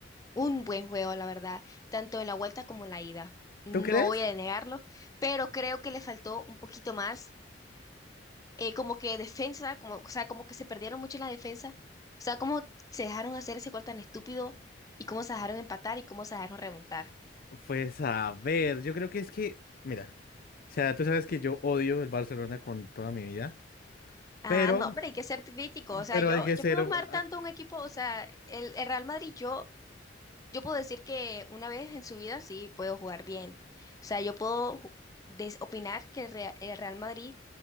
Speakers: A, on the left; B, on the left.
A: un buen juego, la verdad, tanto en la vuelta como en la ida. No
B: ¿Tú crees?
A: voy a denegarlo, pero creo que le faltó un poquito más eh, como que defensa, como, o sea, como que se perdieron mucho en la defensa. O sea, cómo se dejaron hacer ese gol tan estúpido y cómo se dejaron empatar y cómo se dejaron remontar.
B: Pues a ver, yo creo que es que, mira, o sea, tú sabes que yo odio el Barcelona con toda mi vida,
A: Ah,
B: pero,
A: no, pero hay que ser crítico. O sea,
B: pero
A: yo,
B: hay que
A: yo
B: ser,
A: puedo
B: ob-
A: amar
B: a-
A: tanto
B: a-
A: a un equipo, o sea, el, el Real Madrid, yo, yo puedo decir que una vez en su vida sí puedo jugar bien. O sea, yo puedo ju- des- opinar que el, Rea- el Real Madrid,